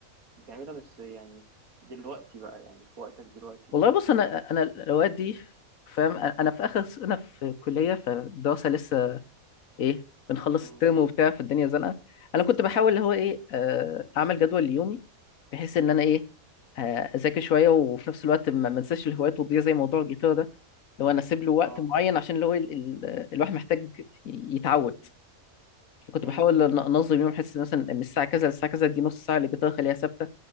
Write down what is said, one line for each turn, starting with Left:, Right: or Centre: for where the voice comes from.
Right: بتعملها بس يعني دلوقتي بقى يعني في وقتك دلوقتي
Left: والله بص انا انا الاوقات دي فاهم انا في اخر سنه في كليه فالدراسه لسه ايه بنخلص
Right: امم
Left: الترم وبتاع في الدنيا زنقه انا كنت بحاول اللي هو ايه آه، اعمل جدول ليومي بحيث ان انا ايه آه، اذاكر شويه وفي نفس الوقت ما ما انساش الهوايات وتضيع زي موضوع الجيتار ده اللي هو انا اسيب له وقت
Right: اه
Left: معين عشان اللي هو ال- ال- الواحد محتاج ي- يتعود كنت
Right: امم
Left: بحاول أن- انظم يوم احس مثلا من الساعه كذا للساعه كذا دي نص ساعه اللي كنت اخليها ثابته